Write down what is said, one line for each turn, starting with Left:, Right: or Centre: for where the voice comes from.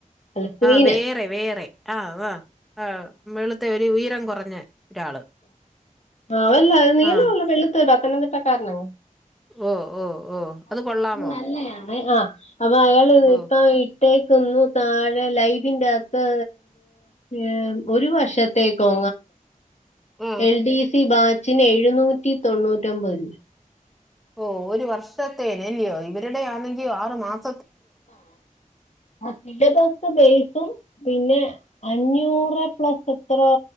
Left: അല്ല ക്രീന്
Centre: ആ വേറെ വേറെ ആഹ് ആാ ആ് വെളുത്തെ ഒരു ഉയരം കുറഞ്ഞ ഒരാള്
Left: ആല്ല അത് നീളള്ള
Centre: ആ
Left: വെള്ളുത്തരു പത്തനംതിട്ട കാരനാ
Centre: ഓ ഓ ഓ അത് കൊള്ളാമോ
Left: നല്ലയാണ് ആ അപ്പൊ അയാള്
Centre: ഓ
Left: ഇപ്പ. ത്തേക്കന്ന താഴെ ലൈഫിന്റെ ആത്ത് എ ഒരു വർഷത്തേക്ക.
Centre: ആ
Left: എൽ ഡി സി ബാച്ചിന് എഴുന്നൂറ്റി തൊണ്ണൂറ്റിൊമ്പത് രൂപ
Centre: ഓ ഒരു വർഷത്തേനല്ലയോ ഇവരുടെ ആണെങ്കിൽ ആറ് മാസത്തേക്കു
Left: അധിക ദിവസം ബേസും പിന്നെ അഞ്ഞൂറ് പ്ലസ് എത്രോ